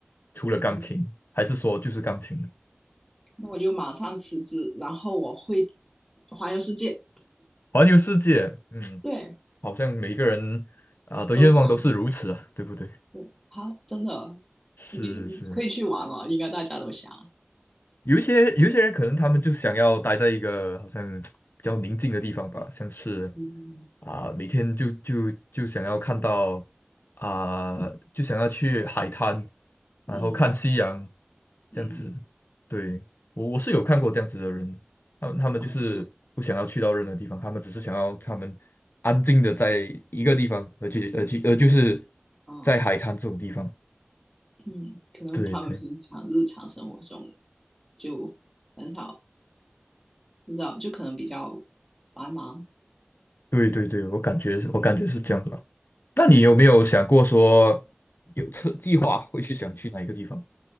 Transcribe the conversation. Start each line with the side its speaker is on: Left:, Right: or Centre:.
Left: 除了钢琴，
Centre: 你
Left: 还是说就是钢琴呢
Centre: 那我就马上辞职，然后我会环游世界，
Left: 环游世界，嗯，
Centre: 对，
Left: 好像每个人啊、的愿望都是如此啊，
Centre: 都想，
Left: 对不对？
Centre: 对，好，真的，
Left: 是是。
Centre: 你你可以去玩了，应该大家都想，
Left: 有一些有一些人可能他们就想要待在一个好像比较宁静的地方吧，像是
Centre: 嗯
Left: 啊、每天就就就想要看到啊、就想要去海滩，然后看夕阳
Centre: 嗯嗯，
Left: 这样子。对，我我是有看过这样子的人，他们他们就是不想要去到任何地方，
Centre: 然后就
Left: 他们只是想要他们安静的在一个地方，而且而且呃就是
Centre: 嗯。
Left: 在海滩这种地方。
Centre: 嗯，可能他们平常日常生活中
Left: 对对
Centre: 就很少，不知道，就可能比较繁忙。
Left: 对对对，我感觉是我感觉是这样吧。那你有没有想过说有车计划会去想去哪一个地方